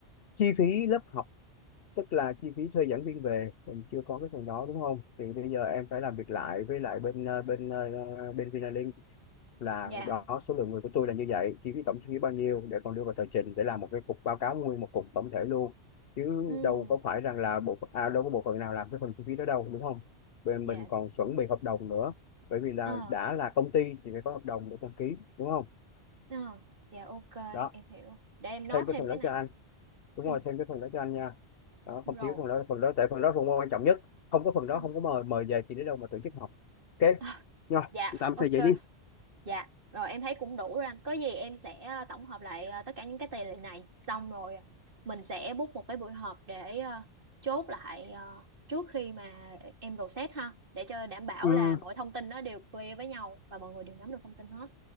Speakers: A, on the left; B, on the right.
A: chi phí lớp học tức là chi phí thuê giảng viên về mình chưa có cái phần đó đúng không thì bây giờ em phải làm việc
B: Ờ,
A: lại với lại bên ờ, bên ờ, bên Vinalink là
B: dạ
A: đó số lượng người của tôi là như vậy chi phí tổng chi phí bao nhiêu để còn đưa vào tờ trình để làm một cái cục báo cáo nguyên một cục tổng thể luôn chứ
B: ừ
A: đâu có phải rằng là bộ à, đâu có bộ phận nào làm cái phần chi phí đó đâu đúng không bên
B: dạ
A: mình còn chuẩn bị hợp đồng nữa bởi vì là
B: ờ
A: đã là công ty thì phải có hợp đồng để đăng ký đúng không
B: ờ dạ ok
A: đó
B: em hiểu để em nói
A: thêm cái
B: thêm
A: phần
B: cái
A: đó
B: này
A: cho anh đúng
B: ừ
A: rồi thêm cái phần đó cho anh nha đó
B: rồi
A: không thiếu phần đó phần đó tại phần đó phần môn quan trọng nhất không có phần đó
B: ừ
A: không có mời mời về thì đến đâu mà tổ chức học ok
B: Ờ,
A: rồi
B: dạ
A: tạm
B: ok
A: thời vậy đi
B: Dạ, rồi em thấy cũng đủ rồi anh. Có gì em sẽ ờ, tổng hợp lại ờ, tất cả những cái tài liệu này xong rồi ờ, mình sẽ book một cái buổi họp để ờ, chốt lại ờ, trước khi mà em process ha, để cho đảm bảo
A: ừ,
B: là mọi thông tin nó đều clear với nhau và mọi người đều nắm được thông tin hết.